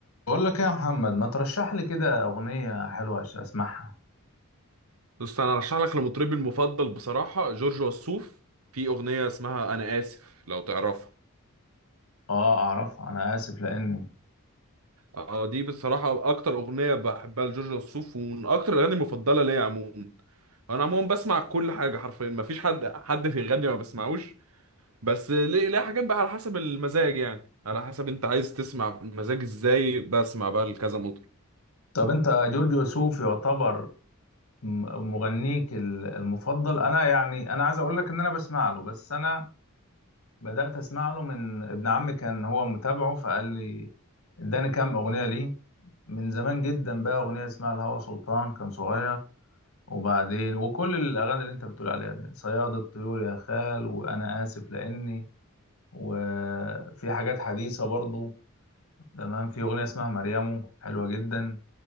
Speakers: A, on the left (about 75°); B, on the right (about 80°).
A: بقول لك ايه يا محمد ما ترشح لي كده اغنيه حلوه عشان اسمعها
B: بص انا ارشح لك لمطربي المفضل بصراحه جورج وسوف في اغنيه اسمها انا اسف لو تعرفها
A: اه اعرفها انا اسف لاني
B: اه دي بصراحه اكتر اغنيه بحبها لجورج وسوف ومن اكتر الاغاني المفضله ليا عموما انا عموما بسمع كل حاجه حرفيا مفيش حد حد بيغني ما بسمعوش بس ليه ليه حاجات بقى على حسب المزاج يعني على حسب انت عايز تسمع مزاج ازاي بسمع بقى لكذا مطرب
A: طب انت جورج وسوف يعتبر م- مغنيك ال- المفضل انا يعني انا عايز اقول لك ان انا بسمع له بس انا بدات اسمع له من ابن عمي كان هو متابعه فقال لي اداني كام اغنيه ليه من زمان جدا بقى اغنيه اسمها الهوى سلطان كان صغير وبعدين وكل الاغاني اللي انت بتقول عليها دي صياد الطيور يا خال وانا اسف لاني وفي حاجات حديثة برضو تمام في أغنية اسمها مريمو حلوة جدا